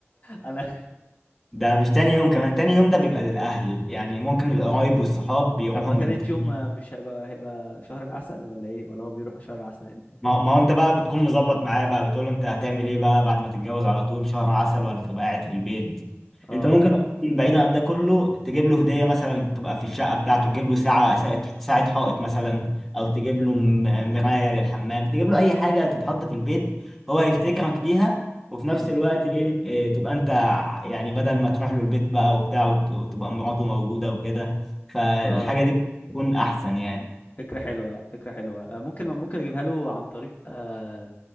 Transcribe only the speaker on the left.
انا
طب ما
تالت
يوم مش هيبقى هيبقى في شهر العسل ولا ايه ولا هو بيروح شهر العسل امتى
مم.
اه
امم
اه
فكرة حلوة لا فكرة حلوة آه، ممكن ممكن اجيبها له عن طريق آه